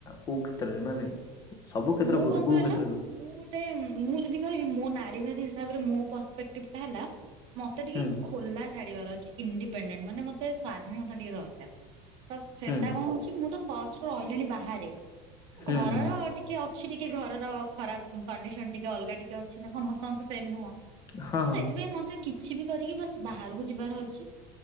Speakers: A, on the left (about 30°); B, on the right (about 45°).
A: କୋଉ କ୍ଷେତ୍ରରେ ମାନେ ସବୁ କ୍ଷେତ୍ର
B: ମୁଁ
A: ବହୁତ
B: କଁ
A: କୋଉ
B: କହିଲ
A: କ୍ଷେତ୍ରରେ ହୁଁ
B: ମୁଁ ଗୋ ଟେ ମୁଁ ଯଦି କହିବି ମୋ ନାରୀବାଦୀ ହିସାବରେ ମୋ ପର୍ସପେକ୍ଟିଭ ଟା ହେଲା। ମତେ ଟିକେ
A: ହୁଁ
B: ଖୋଲା ଛାଡିବାର ଅଛି ଇଣ୍ଡିପେଣ୍ଡେଣ୍ଟ ମାନେ ମତେ ସ୍ଵାଧୀନତା ଟିକେ ଦରକାର। ତ ସେଟା
A: ହୁଁ
B: କଁ ହୋଉଚି ମୁଁ ତ ଫାଷ୍ଟରୁ ଅଲରେଡି ବାହାରେ
A: ହୁଁ
B: ଘରର ଟି କିଏ ଅଛି ଟିକେ ଘରର ଖରାପ କଣ୍ଡିସନ ଟିକେ ଅଲଗା ଟିକେ ଅଛି ନା ସମସ୍ତଙ୍କର ତ ସେମ୍ ନୁହଁ।
A: ହଁ ହଁ
B: ସେଇଥିପାଇଁ ମତେ କିଛି ବି କରିକି ବାସ୍ ବାହାରକୁ ଯିବାର ଅଛି।